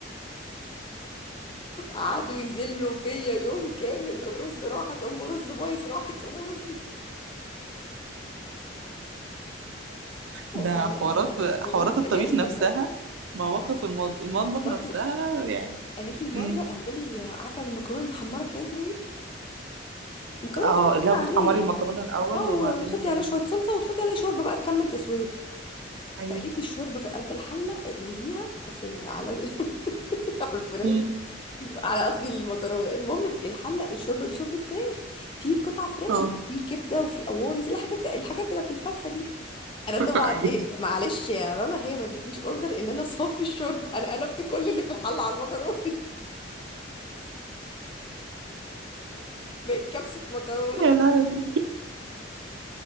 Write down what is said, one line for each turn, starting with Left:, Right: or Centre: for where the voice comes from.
Left: قعدوا يذلوا فيا يوم كامل الرز راحت ام رز بايظ راحت ام رز والله
Right: ده حوارات
Left: العظيم الواحد
Right: حوارات
Left: بيعمل بلاوي
Right: الطبيخ نفسها
Left: في المطبخ
Right: مواقف المض... المطبخ
Left: برضو
Right: نفسها يعني
Left: قالت لي مره
Right: امم
Left: اعملي عارفه المكرونه المحمره بتاعتنا مكرونه
Right: اه
Left: بشاميل
Right: اللي هو بتحمري
Left: عاديه
Right: المكرونة الأول
Left: اه
Right: وبعدين
Left: و- وتحطي
Right: ت-
Left: عليها شويه صلصه وتحطي عليها شوربه بقى تكمل تسويتها
Right: ايوه
Left: فقالت لي الشوربه في قلب الحله اقلبيها في ال... على ال... <laughs> على الفراخ
Right: امم
Left: على قصدي المكرونه المهم ال- الحله الشوربه دي شوربه فراخ في قطع فراخ
Right: اه
Left: وفي كبده وفي قوانص الحاجات بتاع الحاجات بتاعت الفرخه دي انا طبعا
Right: <laughs> ايوه
Left: ايه معلش يا رنا هي ما ادتنيش اوردر ان انا اصفي الشوربه انا قلبت كل اللي في الحله على المكرونه <laughs> بقت كبسه مكرونه
Right: يا لهوي